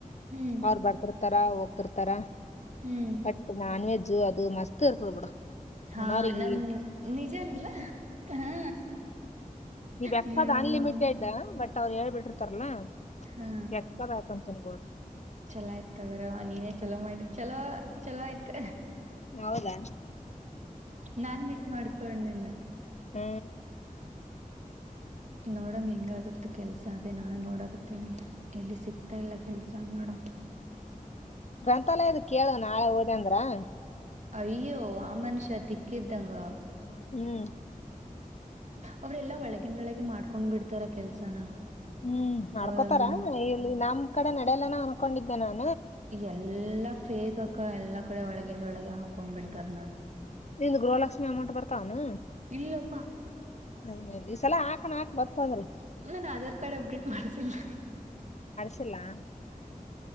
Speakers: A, on the right (about 55°); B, on the left (about 50°).
A: ಹ್ಮ್
B: ಅವ್ರ ಬರ್ತಾರ ತರ ಹೋಗ್ತಿರ್ತಾರಾ
A: ಹ್ಮ್
B: ಬಟ್ ನಾನ್ವೆೆಜ್ ು ಅದು ಮಸ್ತ್ ಇರ್ತದ್ ಬಿಡು
A: ಹಾ
B: ಉಣೋರಿಗಿ
A: ನಮ ನಿಜ ಹಾ
B: ನೀವ್ ಎಪ್ಪದ
A: ಹ್ಮ್
B: ಅನ್ಲಿಮಿಟೆಡ್ ಬಟ್ ಅವ್ರು ಹೇಳ್ಬಿಟ್ಟಿರ್ತಾರಲ್ಲಾ
A: ಹಾ
B: ಎಕ್ಕ ಅಕಂತಿನಬೋದು
A: ಚಲೋ ಆಯ್ತದ್ರ ಅವ ನೀನೇ ಚಲೋ ಮಾಡಿದ ಚಲೋ ಚಲೋ ಆಯ್ತ
B: ಹೌದಾ
A: ನಾನ್ ಮಿಸ್ ಮಾಡ್ಕೊಂಡನ್ನ
B: ಹ
A: ನೋಡಮ ಹೆಂಗಗತ್ತು ಕೆಲ್ಸ ಅದೇ ನಾನು ನೋಡಕತ್ತೇನಿ ಎಲ್ಲಿ ಸಿಗ್ತಾ ಇಲ್ಲ ಕೆಲ್ಸ ನೋಡಮ
B: ಗ್ರಂಥಾಲಯದ ಕೇಳುವ ನಾಳೆ ಓದ ಅಂದ್ರ ಹ
A: ಅಯ್ಯೋ ಆ ಮನುಷ್ಯ ತಿಕ್ಕಿದ್ದಂಗ
B: ಹ್ಮ್
A: ಅವ್ರೆಲ್ಲ ಒಳಗಿನ ಒಳಗೆ ಮಾಡ ಹಕೊಂಡ್ ಬಿಡ್ತಾರ ಕೆಲ್ಸನ
B: ಹ್ಮ್ ಮಾಡ್ಕೋತಾರ
A: ಹ್ಮ್
B: ಇಲ್ಲಿ ನಮ್ ಕಡೆ ನಡಲನ ಅನ್ಕೊಂಡಿದ ಹ
A: ಎಲ್ಲಾ ಫೇಕ್ ಅ ಎಲ್ಲಾ ಕಡೆ ಒಳಗಿಂದ ಒಳಗೆ ಹಾಕೊಂಡ್ ಬಿಡ್ತಾರ್ ನೋಡ್
B: ನಿಂದು ಗೃಹಲಕ್ಷ್ಮಿ ಅಮೌಂಟ್ ಬರ್ತವನು
A: ಇಲ್ಲಪ್ಪಾ
B: ಅದ್ಮೇಲೆ ಈಸಲ ಹಾಕ ಹಾಕ್ ಬತ್ತಂದ್ರರು
A: ನನ್ ಆಧಾರ್ ಕಾರ್ಡ್ ಅಪ್ಡೇಟ್ ಮಾಡಸಿಲ್ಲ
B: <inaudible>